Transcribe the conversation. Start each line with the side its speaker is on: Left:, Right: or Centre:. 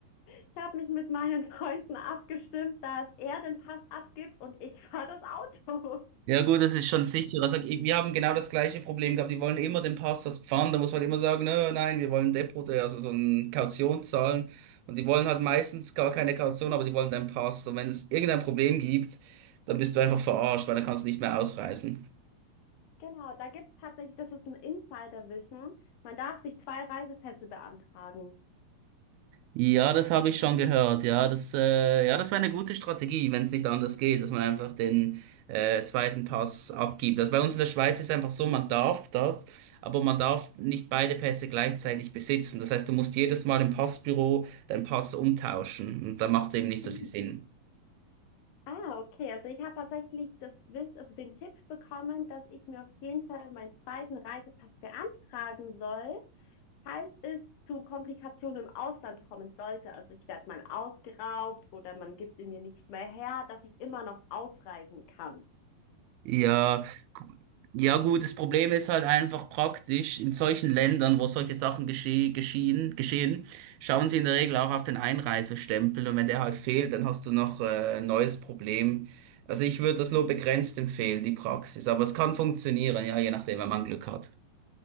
Left: Ich habe mich mit meinen Freunden abgestimmt, dass er den Pass abgibt und ich <laughs> fahre das Auto.
Right: Ja gut, das ist schon sicher. Sag, wir haben genau das gleiche Problem gehabt. Die wollen immer den Pastors Pfand. Da muss man halt immer sagen, nö, nein, wir wollen Depot, äh, also so eine Kaution zahlen. Und die wollen halt meistens gar keine Kaution, aber die wollen deinen Pass. Und wenn es irgendein Problem gibt, dann bist du einfach verarscht, weil dann kannst du nicht mehr ausreisen.
Left: Genau, da gibt es tatsächlich, das ist ein Insiderwissen. Man darf sich zwei Reisepässe beantragen.
Right: Ja, das habe ich schon gehört. Ja, das, äh, ja, das wäre eine gute Strategie, wenn es nicht anders geht, dass man einfach den äh, zweiten Pass abgibt. Also bei uns in der Schweiz ist einfach so, man darf das, aber man darf nicht beide Pässe gleichzeitig besitzen. Das heißt, du musst jedes Mal im Passbüro deinen Pass umtauschen und da macht es eben nicht so
Left: Mhm.
Right: viel Sinn.
Left: Ah, okay. Also ich habe tatsächlich das Wiss, also den Tipp bekommen, dass ich mir auf jeden Fall meinen zweiten Reisepass beantragen soll, falls es zu Komplikationen im Ausland kommen sollte. Also ich werde mal ausgeraubt oder man gibt ihn mir nicht mehr her, dass ich immer noch ausreisen kann.
Right: Ja, gu- ja gut, das Problem ist halt einfach praktisch, in solchen Ländern, wo solche Sachen gesche geschehen, geschehen, schauen sie in der Regel auch auf den Einreisestempel und wenn der halt fehlt, dann hast du noch äh, ein neues Problem. Also ich würde das nur begrenzt empfehlen, die Praxis, aber es kann funktionieren, ja, je nachdem, wenn man Glück hat.